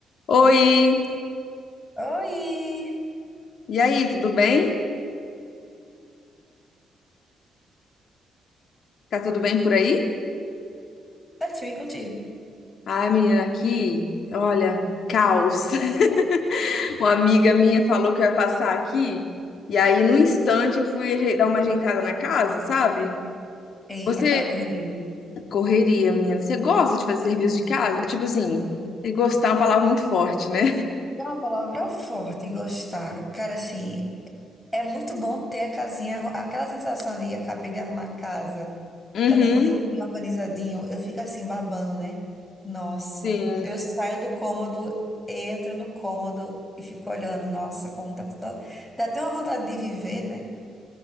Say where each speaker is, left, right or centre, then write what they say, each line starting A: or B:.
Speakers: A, on the left; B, on the left.
A: Oi!
B: Oi!
A: E aí, tudo bem? Tá tudo bem por aí?
B: Certinho, e contigo?
A: Ai, menina, aqui, olha, caos. <laughs> Uma amiga minha falou que eu ia passar aqui, e aí, num instante, eu fui ajei- dar uma ajeitada na casa, sabe?
B: Eita,
A: Você
B: aquela correria.
A: correria, menina. Você gosta de fazer serviço de casa? Tipo assim, e gostar é uma palavra muito forte, né?
B: É uma palavra forte, gostar. Cara, assim, é muito bom ter a casinha, arru- aquela sensação de acabei de arrumar a casa,
A: Uhum,
B: tá tudo limpinho, organizadinho. Eu fico assim, babando, né? Nossa,
A: sim.
B: eu saio do cômodo, entro no cômodo e fico olhando. Nossa, como tá tudo. Dá até uma vontade de viver, né?